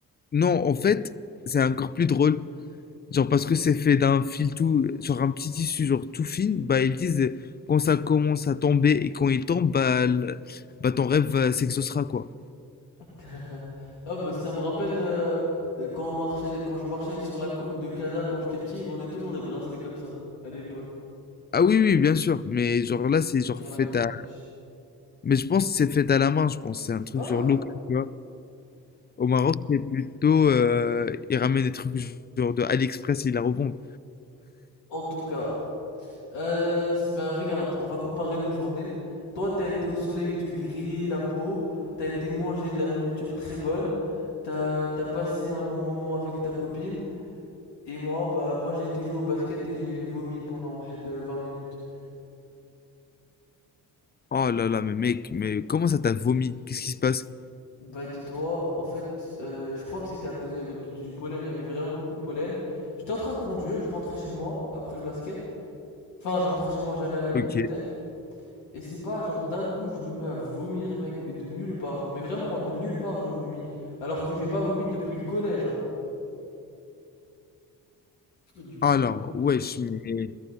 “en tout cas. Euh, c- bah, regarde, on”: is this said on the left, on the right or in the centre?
Left